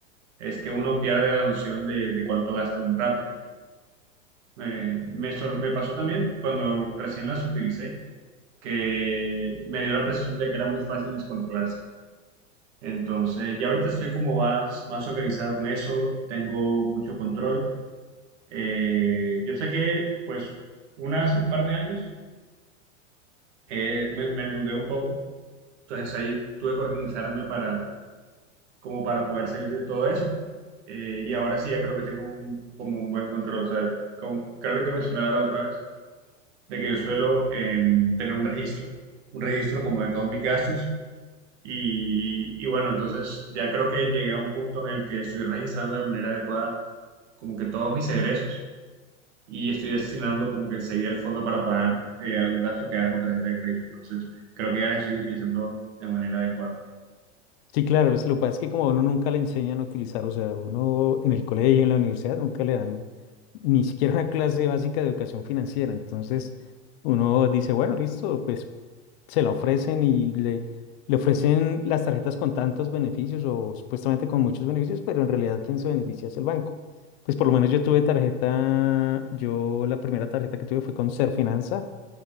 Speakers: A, on the right; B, on the left.
A: es que uno pierde la noción de, de cuánto gasta muy rápido. Eh, me, sor- me pasó también cuando recién las utilicé, que me dio la percepción de que era muy fácil descontrolarse Entonces, ya ahorita estoy como más, más organizado con eso, tengo mucho control. Eh, yo sé que, pues, una hace un par de años eh, me, me endeudé un poco, entonces ahí tuve que organizarme para, como para poder salir de todo eso. Eh, y ahora sí, ya creo que tengo un, como un buen control, ¿sabes? Como- creo que te mencionaba la otra vez, de que yo suelo em, tener un registro, un registro como de todos mis gastos Y, y bueno, entonces ya creo que llegué a un punto en el que estoy registrando de manera adecuada como que todos mis egresos y estoy destinando como que enseguida el fondo para pagar eh, algún gasto que haga con tarjeta de crédito. Entonces creo que ya las estoy utilizando de manera adecuada.
B: Sí, claro, es lo que pasa es que como a uno nunca le enseñan a utilizar, o sea, uno en el colegio, en la universidad, nunca le dan ni siquiera una clase básica de educación financiera. Entonces, uno dice, bueno, listo, pues se la ofrecen y le, le ofrecen las tarjetas con tantos beneficios o supuestamente con muchos beneficios, pero en realidad quien se beneficia es el banco. Pues por lo menos yo tuve tarjeta, yo la primera tarjeta que tuve fue con Serfinanza